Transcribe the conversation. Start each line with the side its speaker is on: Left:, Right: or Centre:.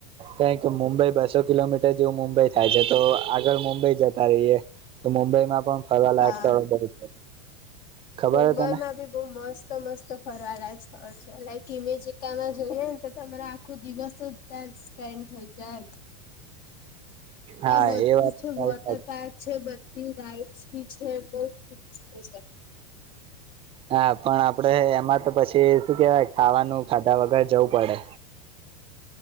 Right: કઈક મુંબઈ બસો કિલોમીટર જેવું મુંબઈ થાય છે તો આગળ મુંબઈ જતા રહીએ. તો મુંબઈ માં પણ ફરવા
Left: હા
Right: લાયક સ્થળો બહુ છે. ખબર
Left: મુંબઈમાં
Right: હે તને
Left: ભી. બઉ મસ્ત મસ્ત ફરવાલાયક સ્થળ છે લાઈક ઈમેજીકા માં જોઈએ ને તો તમારે આખો દિવસ. ટાઇમ સ્પેન્ડ થઈ જાય. ત્યાં
Right: હા
Left: બધું
Right: એ વાત
Left: છે
Right: તારી
Left: વોટર
Right: સાચી
Left: પાર્ક છે બધી રાઇડ્સ બી છે બહુ મસ્ત છે.
Right: હા પણ આપડે એમાં તો પછી શું કેવાય ખાવાનું ખાધા વગર જવું પડે.